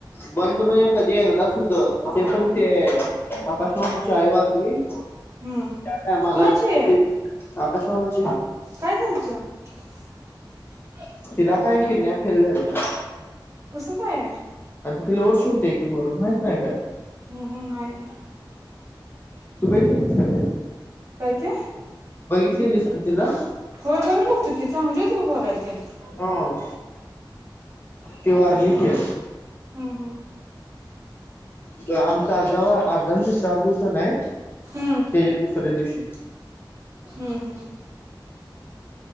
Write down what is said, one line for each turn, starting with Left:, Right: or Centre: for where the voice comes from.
Left: बंद म्हणजे कधी? ते एकदाच होत ते पण ते आकाश मामांची आई वारली त्या
Right: हम्म
Left: टायमालाच
Right: कुणाची
Left: ते आकाश मामांची
Right: काय झालतं? <unintelligible>
Left: तिला काय किडन्या फेल झालत्या.
Right: कसं काय?
Left: तिला वर्ष होते की मरून माहित नाही काय?
Right: ह ह नाही.
Left: तू बघितलेलीस काय तिला?
Right: काय ते
Left: बघितलेलीस तू तिला?
Right: होय बघितलं होतं <unintelligible>
Left: हा ती वारली की
Right: हम्म हम्म
Left: जेव्हा आमचा आज्जा <unintelligible> त्या दिवशीचानाही
Right: हम्म
Left: त्याच्या दुसऱ्या दिवशी
Right: हम्म हम्म